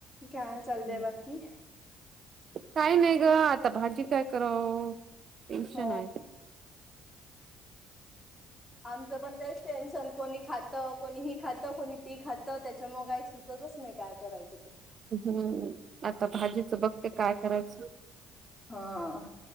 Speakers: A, on the left (about 20°); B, on the right (about 50°).
A: सांग चालय
B: हम्म
A: बाकी?
B: काय नाही ग आता भाजी काय कराव? टेन्शन
A: हो
B: आहे
A: आमचं पण तेच टेन्शन कोणी खातं कोणी ही खातं कोणी ती खातं त्याच्या मग काही सुचतच नाही काय करायचं ते.
B: हम्म आता भाजीचं बघते काय करायचं?
A: हा.